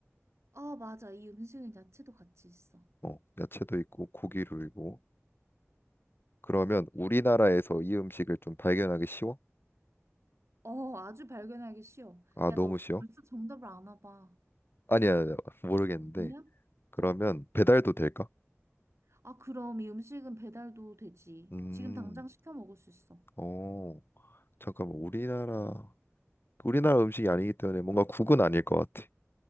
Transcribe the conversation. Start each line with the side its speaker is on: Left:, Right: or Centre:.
Right: 아, 맞아. 이 음식은 야채도 같이 있어.
Left: 어, 야채도 있고 고기도 있고. 그러면 우리나라에서 이 음식을 좀 발견하기 쉬워?
Right: 어, 아주 발견하기 쉬워.
Left: 아,
Right: 야,
Left: 너무
Right: 너
Left: 쉬워?
Right: 벌써 정답을 아나 봐.
Left: 아니야, 아니야. 모르겠는데.
Right: 아니야?
Left: 그러면
Right: 어.
Left: 배달도 될까?
Right: 아, 그럼 이 음식은 배달도 되지.
Left: 음,
Right: 지금 당장 시켜 먹을 수 있어.
Left: 어, 잠깐만. 우리나라, 우리나라 음식이 아니기 때문에 뭔가 국은 아닐 것 같아.